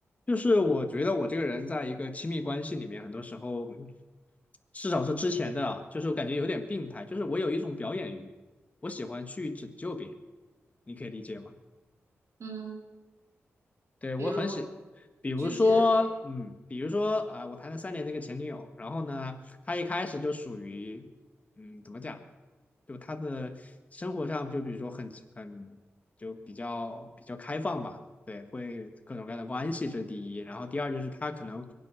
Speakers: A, on the left (about 30°); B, on the right (about 70°).
A: 就是我觉得我这个人在一个亲密关系里面，很多时候，至少是之前的啊，就是我感觉有点病态，就是我有一种表演欲，我喜欢去拯救别人，你可以理解吗？
B: 嗯，
A: 对，
B: 比如
A: 我很喜，比如说，
B: 具体的例子，
A: 嗯，比如说啊、我谈了三年这个前女友，然后呢，她一开始就属于，嗯，怎么讲，就她的生活上，就比如说很很就比较比较开放吧，对，会各种各样的关系，这是第一，然后第二就是她可能